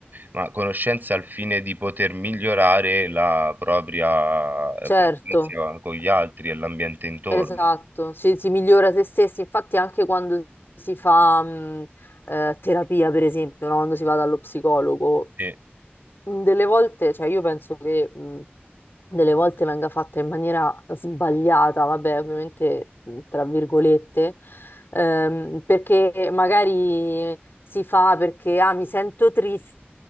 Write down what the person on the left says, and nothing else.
Certo,
esatto, si, si migliora se stessi, infatti anche quando si fa mh, eh, terapia, per esempio, no? Quando si va dallo psicologo,
mh, delle volte, cioè io penso che mh, delle volte venga fatta in maniera sbagliata, vabbè, ovviamente mh, tra virgolette, ehm, perché magari si fa perché ah, mi sento triste.